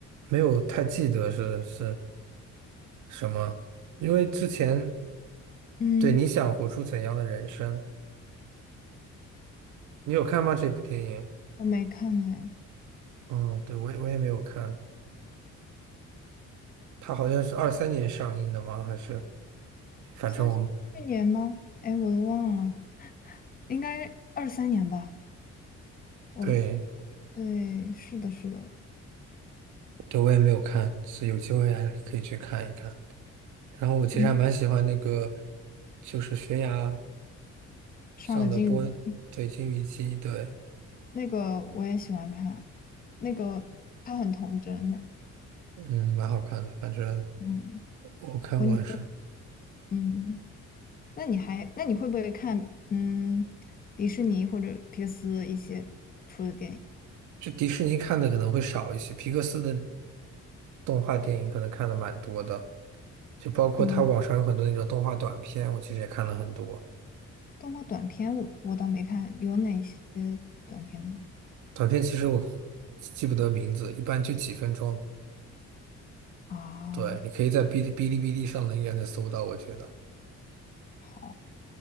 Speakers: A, on the right; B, on the left.
A: 没有太记得是是什么，因为之前
B: 嗯，
A: 对你想活出怎样的人生，你有看吗？这部电影？
B: 我没看呢，
A: 嗯，对，我也我也没有看，它好像是二三年上映的吗？还是反正我
B: 它是去年吗？哎，我都忘了，应该二三年吧。我
A: 对
B: 对，是的，是的，
A: 对，我也没有看，所以有机会还可以去看一看。然后我其实还蛮喜欢那个，
B: 嗯，
A: 就是悬崖
B: 上的金鱼，
A: 上的波恩，对，金鱼姬，对，
B: 那个我也喜欢看，那个他很童真呢。
A: 嗯，蛮好看的。反正
B: 嗯，
A: 我看过还是，
B: 我你嗯，那你还那你会不会看嗯迪士尼或者皮克斯一些出的电影？
A: 就迪士尼看的可能会少一些，皮克斯的动画电影可能看的蛮多的，就包括它网上有很多那种动画短片，
B: 嗯，
A: 我其实也看了很多。
B: 动画短片我我倒没看，有哪些短片呢？
A: 短片其实我记不得名字，一般就几分钟。
B: 啊，
A: 对，你可以在哔哩哔哩哔哩上能应该能搜到，我觉得。
B: 好。